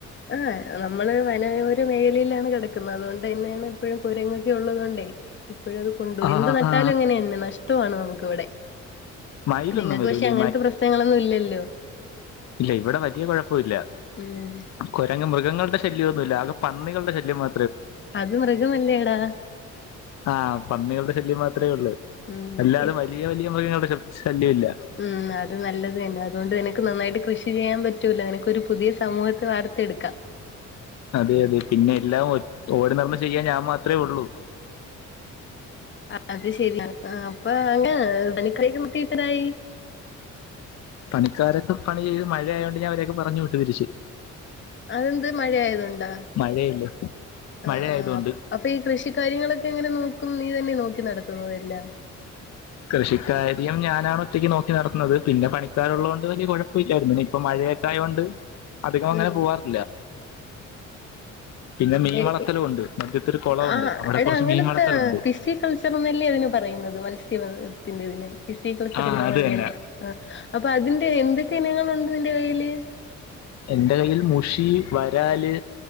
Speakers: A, on the left; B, on the left.
A: ആഹ് നമ്മള് വനയോര മേഖലയിലാണ് കെടക്കുന്നത് അതുകൊണ്ട് തന്നെയാണ് ഇപ്പൊഴും കുരങ്ങൊക്കെ ഒള്ളത് കൊണ്ടേ എപ്പൊഴു അത് കൊണ്ടു പോയി
B: ആ
A: എന്ത് നട്ടാലും
B: ആ
A: അങ്ങനേണ് നഷ്ടമാണ് നമുക്കിവിടെ
B: മയിലൊന്നും
A: നിങ്ങക്ക്
B: വരൂലേ
A: പക്ഷെ അങ്ങനത്തെ പ്രശ്നങ്ങളൊന്നും ഇല്ലല്ലോ
B: ഇല്ലേയ് ഇവിടെ വലിയ കുഴപ്പവില്ല
A: ഉം
B: കൊരങ്ങ മൃഗങ്ങളുടെ ശല്യമൊന്നുമില്ല ആകെ പന്നികളുടെ ശല്യം മാ
A: അത് മൃഗമല്ലേടാ
B: ആ പന്നികളുടെ ശല്യം മാത്രേ ഒള്ളൂ
A: ഉം
B: അല്ലാതെ
A: പിൻ
B: വലിയ വലിയ മൃഗങ്ങളുടെ ശല്യം ഇല്ല
A: ഉം അത് നല്ലത് തന്നെ അതുകൊണ്ട് നിനക്ക് നന്നായിട്ട് കൃഷി ചെയ്യാൻ പറ്റൂല നിനക്കൊരു പുതിയ സമൂഹത്തെ വാർത്തെടുക്കാം
B: അതെയതെ പിന്നെ എല്ലാ ഓടി നടന്ന് ചെയ്യാൻ ഞാൻ മാത്രേ ഒള്ളൂ
A: ആ അത് ശരിയാണ് അപ്പ അങ്ങനെ തനി കയിലുമുത്തീത്തതായി
B: പണിക്കാരൊക്കെ പണി ചെയ്ത് മഴയായതോണ്ട് ഞാൻ അവരെയൊക്കെ പറഞ്ഞു വിട്ടു പിരിച്ചു
A: അതെന്ത് മഴയായതൊണ്ടോ?
B: മഴയല്ലേ
A: അ
B: മഴയായതുകൊണ്ട്
A: ആ അപ്പൊ ഈ കൃഷി കാര്യങ്ങളൊക്കെ എങ്ങനെ നോക്കും നീ തന്നെ നോ ക്കി നടത്തുന്നതെല്ലാം
B: കൃഷിക്കാര്യം ഞാനാണ് ഒറ്റയ്ക്ക് നോക്കി നടത്തുന്നത് പിന്നെ പണിക്കാരുള്ളതുകൊണ്ട് വലിയ കുഴപ്പവില്ലായിരുന്നു ഇപ്പൊ മഴ ഏട്ടായോണ്ട് അധികം
A: ഉം
B: അങ്ങനെ പോവാറില്ല പിന്നെ മീൻ
A: എ
B: വളർത്തലും
A: ഇ
B: ഉണ്ട് മധ്യത്തൊരു കുളമുണ്ട്
A: ആ
B: അവിടെ
A: എടാ
B: കുറച്ച്
A: അങ്ങനത്തെ
B: മീൻ വളർത്തലുണ്ട്
A: ഫിസി കൾച്ചർന്നല്ലേ അതിന് പറ പറയുന്നത് മത്സ്യ ബന്ധനത്തിന്റെ ഇതിന് ഫിസികൾച്ചർ
B: ആഹ്
A: എന്ന അങ്ങന്നെ
B: അത് തന്നെ
A: അപ്പൊ അതിന്റെ എന്തൊക്കെ ഇനങ്ങളുണ്ട് നിന്റെ കയ്യില്
B: എന്റെ കയ്യിൽ മുഷി വരാല്